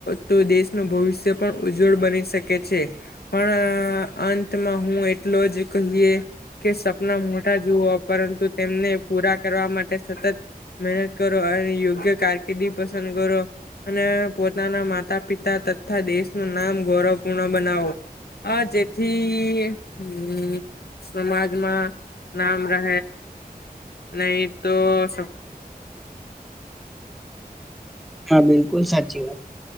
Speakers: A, on the left; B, in the centre.
A: તો દેશનું ભવિષ્ય પણ ઉજ્જવળ બની શકે છે પણ અંતમાં હું એટલો જ કહીએ કે સપના મોટા જુઓ પરંતુ તેમને પૂરા કરવા માટે સતત મહેનત કરો અને યોગ્ય કારકિર્દી પસંદ કરો અને પોતાના માતા પિતા તથા દેશનું નામ ગૌરવપૂર્ણ બનાવો આ જેથી હ સમાજમાં નામ રહે નહી તો સ
B: હા બિલકુલ સાચી વાત